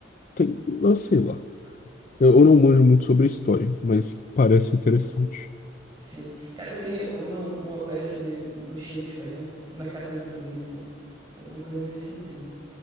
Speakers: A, on the left; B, on the right.
A: tem, eu sei lá. Eu, eu não manjo muito sobre a história, mas parece interessante.
B: sim. Cara, tem uma, uma peça de, do Shakespeare, né? O Mercador de Veneza. Alguma coisa nesse sentido.